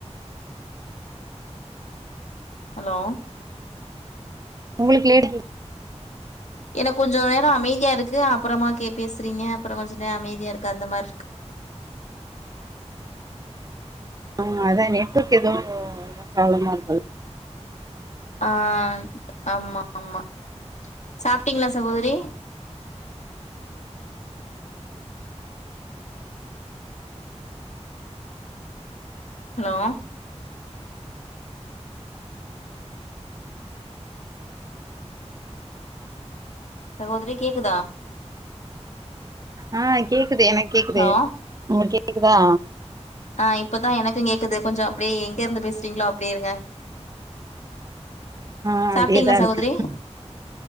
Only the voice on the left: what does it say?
ஹலோ
ஏனா கொஞ்ச நேரோ அமைதியா இருக்கு அப்புறமா கே பேசுறீங்க அப்புறம் கொஞ்ச நேரோ அமைதியாக்கு அந்த மாரி இருக்கு
ஆ ஆமா ஆமா சாபபிட்டீங்களா சகோதரி ஹலோ சகோதிரி கேக்குதா
ஹலோ
ஆ இப்பதா எனக்கு கேக்குது கொஞ்சோ அப்டியே எங்க இருந்து பேசுறீங்களோ அப்டியே இருங்க
சாப்பிடீங்களா
சகோதரி